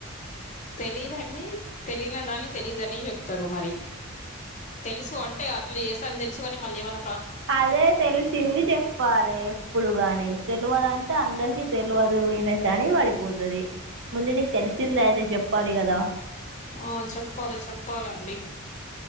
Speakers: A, on the left (about 35°); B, on the right (about 60°).
A: తెలీదని తెలియని దాని తెలీదని చెప్తారు మరి తెలుసు అంటే అట్లా చేస్తారని తెలుసు కాని మళ్ళీ ఏమన్నా
B: అదే తెలిసింది చెప్పాలి ఎప్పుడు గాని తెలువదంటే అందరికి తెలువదు ఈమె కని పడిపోతది ముందు నీకు తెలిసిందైతే చెప్పాలి కదా
A: ఆ చెప్పాలి చెప్పాలండి